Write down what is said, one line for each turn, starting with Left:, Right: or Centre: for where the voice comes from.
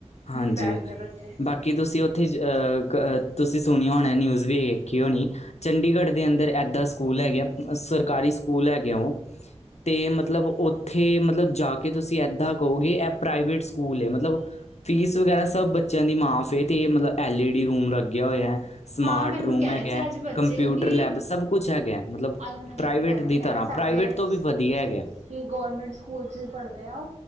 Left: ਹਾਂਜੀ
Right: ਨਹੀਂ ਬੈਠਦੇ ਬੱਚੇ
Left: ਬਾਕੀ ਤੁਸੀ ੳਥੇ ਅਹ ਤੁਸੀ ਸੁਨੇਆ ਹੋਨਾ ਨਿਊਜ ਵੇਖੀ ਹੋਣੀ ਚੰਢੀਗੜ ਦੇ ਅੰਦਰ ਏਦਾ ਸਕੂਲ ਹੈਗੇ ਆ ਸਰਕਾਰੀ ਸਕੂਲ ਹੈਗੇ ਆ ੳਹ ਤੇ ਮਤਲਬ ੳਥੇ ਮਤਲਬ ਜਾ ਕੇ ਤੁਸੀ ਏਦਾ ਕੳਗੇ ਏਹ ਪ੍ਰਾਈਵੇਟ ਸਕੂਲ ਏ ਮਤਲਬ ਫੀਸ ਵਗੈਰਾ ਸਭ ਬੱਚੇਆ ਦੀ ਮਾਫ ਏ ਤੇ ਮਤਲਬ ਐਲ ਈ ਡੀ ਰੂਮ ਲਗੇਆ ਹੋਏਆ। ਸਮਾਰਟ
Right: ਹਾਂ ਮੈਨੂੰ
Left: ਰੂਮ
Right: ਕਹਿ
Left: ਹੈਗਾ,
Right: ਰਹੇ ਸੀ ਅੱਜ ਬੱਚੇ
Left: ਕੰਪਿਊਟਰ
Right: ਕਿ
Left: ਲੈਬ ਸਭ ਕੁਛ ਹੈਗਾ, ਮਤਲਬ
Right: ਅੱਜ ਮੈਨੂੰ
Left: ਪ੍ਰਾਈਵੇਟ
Right: ਬੱਚੇ ਕਹਿ ਰਹੇ
Left: ਦੀ
Right: ਸੀ ਕਹਿ
Left: ਤਰਾਂ,
Right: ਰਹੇ ਸਾਡੇ
Left: ਪ੍ਰਾਈਵੇਟ ਤੋ ਵੀ ਵਧੀਆ ਹੈਗਾ।
Right: ਕਿ ਗੌਰਮੈਂਟ ਸਕੂਲ ਚ ਪੜਦੇ ਆ,